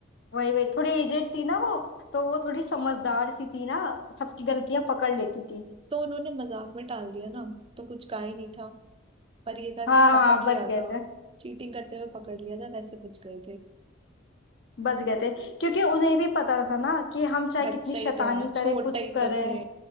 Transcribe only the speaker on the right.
तो उन्होंने मजाक में टाल दिया ना तो कुछ का ही नहीं था पर ये था
कि पकड़
लिया
था
चीटिंग करते हुए पकड़ लिया था वैसे बच गए थे
बच्चे
ही तो है छोटे
ही
तो थे